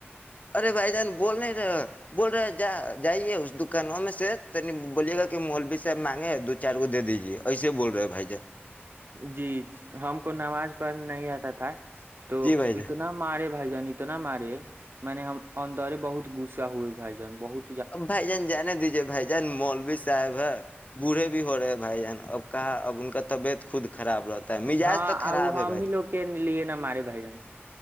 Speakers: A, on the left; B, on the right.
A: ارے بھائی جان بول نہیں رہے بول رہے جا جائیے اس دکانوں میں سے ت بولیے گا کہ مولوی صاحب مانگے دو چار کو دے دیجیے ایسے بول رہے ہیں بھائی جان
B: جی ہم کو نماز پڑھ نہیں آتا تھا تو
A: جی بھائی جان
B: اتنا مارے بھائی جان اتنا مارے منے ہم اندر بہت گغصا ہوئے بھائی جان بہت
A: اب بھائی جان جانے دیجیے بھائی جان مول بھی صاحب ہے بوڑھے بھی ہو رہے ہیں بھائی جان اب کہااں اب ان کا طبیعت خود خراب رہتا ہے مزاج
B: ہاں
A: تو خراب
B: وہ
A: ہے
B: ہم
A: بھائی
B: ہی لوگ کے لیے نا مارے بائی جن سے